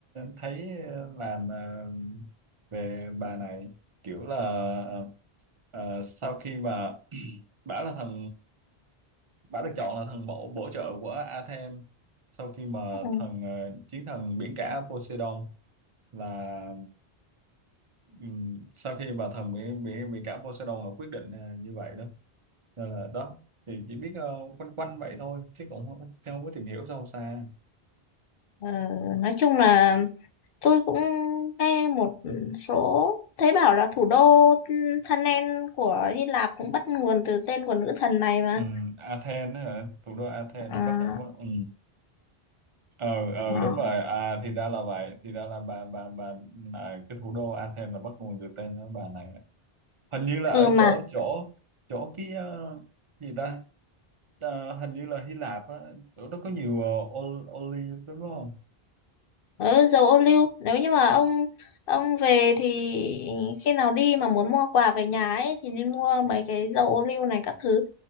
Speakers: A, on the right; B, on the left.
A: thấy ờ, làm ờ, về bà này kiểu là ờ, ờ, sau khi mà <clears throat> bả là thần bả được chọn là thần bổ bổ trợ của Athens sau khi mà
B: Ừ.
A: thần ờ, chiến thần biển cả Poseidon là Ừ, sau khi bà thần bị bị bị cả Poseidon là quyết định à, như vậy đó nên là đó thì chỉ biết ờ, quanh quanh vậy thôi chứ cũng không, chứ không có tìm hiểu sâu xa
B: Ờ, nói chung là tôi cũng nghe một số thấy bảo là thủ đô Thanen của Hy Lạp cũng bắt nguồn từ tên của nữ thần này mà.
A: ừ, Athens hả thủ đô Athens
B: À,
A: ở Bắc, Bắc ừ. ờ ờ
B: à.
A: đúng rồi à thì ra là vậy thì ra là bà bà bà à, cái thủ đô Athens là bắt nguồn từ tên đó, bà này hình như là
B: Ừ
A: ở
B: mà
A: chỗ chỗ chỗ cái ờ, gì ta Ờ, hình như là Hy Lạp á chỗ đó có nhiều ờ, ol- olive đúng không
B: Ờ, dầu ô liu nếu như mà ông ông về thì khi nào đi mà muốn mua quà về nhà ấy thì nên mua mấy cái dầu ô liu này các thứ